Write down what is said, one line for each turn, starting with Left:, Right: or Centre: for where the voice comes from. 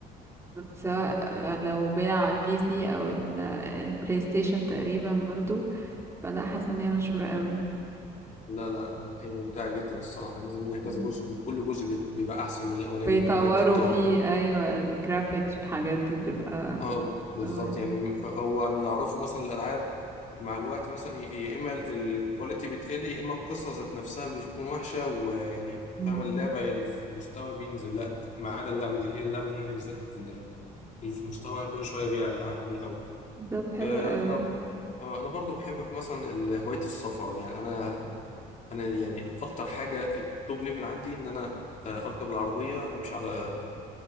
Right: سواء لو بيلعب على البي سي او ال- البلاي ستيشن تقريبا برضو فلا حاسه ان هي مشهوره قوي
Left: لا لا آه، هي ممتعه جدا الصراحه نزل منها كذا
Right: مم.
Left: جزء وكل جزء بيت- بيبقى احسن من الاولاني
Right: بيطوروا
Left: يعني هي بتتطور
Right: فيه ايوه الجرافيكس والحاجات دي بتبقى
Left: اه بالظبط
Right: أوي.
Left: يعني هو اللي اعرفه مثلا الالعاب مع الوقت مثلا ي- يا اما ال- الكواليتي بتقل يا اما القصه ذات نفسها بتكون وحشه ويعني
Right: مم.
Left: فاهم اللعبه يعني في مستوى بينزل لا ما عدا اللعبه دي هي اللعبه دي هي بالذات اللي في مستوى كل شويه بيعلى عن الاول
Right: طب حلو
Left: انا
Right: قوي
Left: آه، انا برضو بحب مثلا ال- هوايه السفر يعني انا انا يعني اكتر حاجه التوب ليفل عندي ان انا آه، اركب العربيه امشي على